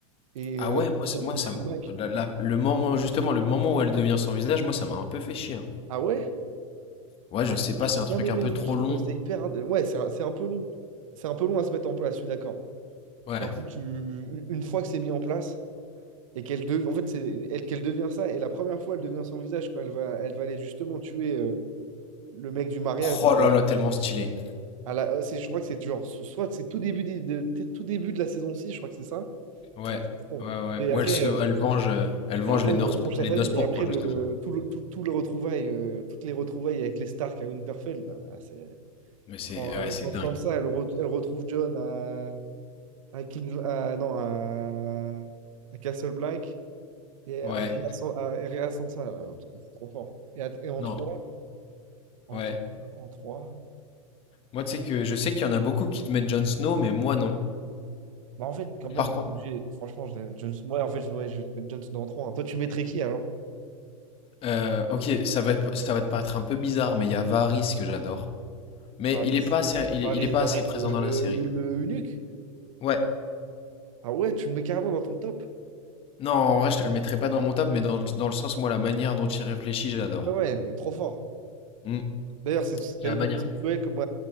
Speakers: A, on the right (about 70°); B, on the left (about 30°).
A: Et
B: Ah
A: euh,
B: ouais, moi,
A: son,
B: c'est- moi
A: son
B: ça,
A: comeback.
B: me- là, là, le moment, justement, le moment où elle devient sans visage, moi, ça m'a un peu fait chier. hein.
A: Ah ouais?
B: Ouais,
A: Ah,
B: je sais pas,
A: j'ai
B: c'est
A: bien
B: un truc
A: aimé,
B: un peu trop
A: hein, j'ai
B: long.
A: trouvé ça hyper. ind- Ouais, c'est un c'est un peu long. C'est un peu long à se mettre en place, je suis d'accord.
B: Ouais.
A: Mais en fait, tu- une une fois que c'est mis en place et qu'elle de... en fait, c'est elle qu'elle devient ça, et la première fois, elle devient sans visage quand elle va, elle va aller justement tuer euh, le mec du mariage. Là,
B: Oh
A: euh,
B: là là, tellement stylé.
A: à la... euh, c'est- Je crois que c'est genre, so- soit c'est tout début des- de... t- tout début de la saison six. je crois que c'est ça.
B: Ouais,
A: Là, c'est trop.
B: ouais, ouais.
A: Et
B: Ou
A: après,
B: elle se
A: euh,
B: elle venge, heu, elle venge
A: elle venge,
B: les norces
A: elle venge sa
B: les
A: famille.
B: noces pourpres
A: Et après,
B: justement.
A: le, tout le, tout, tout le retrouvaille, euh, toutes les retrouvailles avec les Stark à Winterfell, là, là, c'est
B: Mais c'est
A: Quand,
B: ouais,
A: euh,
B: c'est
A: quand
B: dingue.
A: Sansa, elle, re- elle retrouve John à, à, Kings- à- non, à, à Castle Black et
B: Ouais,
A: à Rhea San- à Rhea Sansa, là, non, putain, c'est trop fort. Et, à- et en
B: non,
A: 3 en
B: ouais.
A: trois en trois
B: Moi, tu sais que je sais qu'il y en a beaucoup qui te mettent Jon Snow, mais moi non.
A: Bah, en fait, quand même,
B: Par contre,
A: t'es obligé. Franchement, je vais mettre Jon- Moi, en fait, je ouais, je vais te mettre Jon Snow en trois hein. Toi, tu mettrais qui alors?
B: heu, OK, ça va te ça va te paraître un peu bizarre, mais il y a Varys que j'adore. Mais
A: Varys.
B: il est pas assez il
A: Varys,
B: est il est pas
A: Varys,
B: assez présent
A: euh,
B: dans
A: le,
B: la série.
A: le eunuque.
B: Ouais.
A: Ah ouais, tu le mets carrément dans ton top.
B: Non, en vrai, je te le mettrai pas dans mon top, mais dans le dans le sens, moi, la manière dont il réfléchit, je l'adore.
A: Ouais, ouais, trop fort.
B: Mmh.
A: D'ailleurs, c'est- c'est- t'as
B: La
A: vu
B: manière.
A: comme c'est cruel, comme